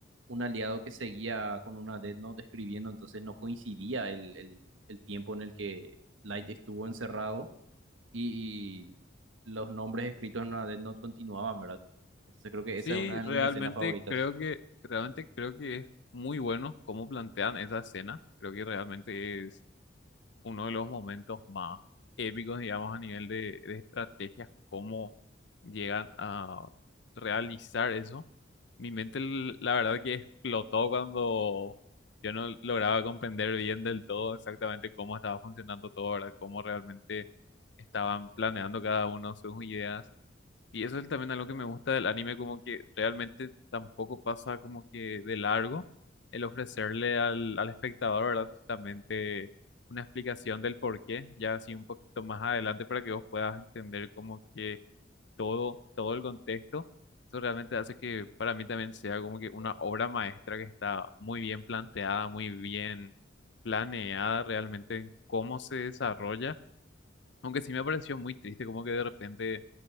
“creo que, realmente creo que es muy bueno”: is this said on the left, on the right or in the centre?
Left